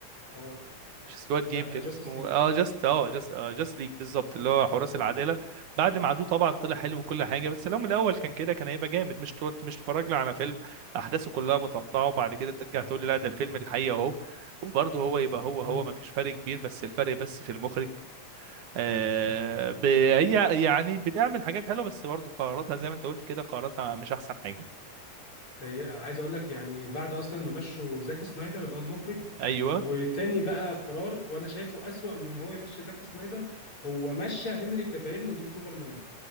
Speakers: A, on the left; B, on the right.
A: اه
B: مش سكواد
A: لا
B: جيم كان
A: جاستس
B: اسمه
A: ليج
B: اه جاست اه جاست اه جاست ليج بالظبط اللي هو حراس العداله بعد ما عدوه طبعا طلع
A: مم.
B: حلو وكل حاجه بس لو من الاول كان كده كان هيبقى جامد مش تقعد- مش تتفرجنا على فيلم احداثه كلها متقطعه وبعد كده ترجع تقول لي لا ده الفيلم الحقيقي اهو وبرضه هو يبقى هو هو
A: مم.
B: ما فيش فرق كبير بس الفرق بس في المخرج آه ب- هي يعني بتعمل حاجات حلوه بس برضه قراراتها زي ما انت قلت كده قراراتها مش احسن حاجه
A: سيئه عايز اقول لك يعني بعد اصلا ما مشوا زاك سنايدر اللي هو المخرج
B: ايوه
A: وتاني بقى قرار وانا شايفه اسوأ من ان هو يمشي زاك سنايدر هو مشى هنري كافيل من دور سوبرمان